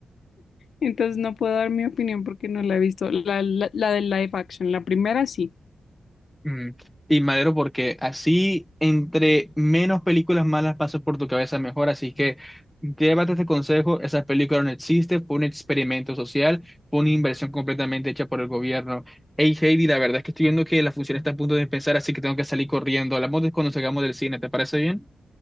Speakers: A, on the left (about 65°); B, in the centre.
A: Entonces no puedo dar mi opinión porque no la he visto. La, la, la del live action, la primera sí.
B: Mm, Y Madero, porque así entre menos películas malas pasan por tu cabeza, mejor. Así que llévate este consejo, esa película no existe, fue un experimento social, fue una inversión completamente hecha por el gobierno. Hey Heidi, la verdad es que estoy viendo que la función está a punto de empezar, así que tengo que salir corriendo. Hablamos de cuando salgamos del cine, ¿te parece bien?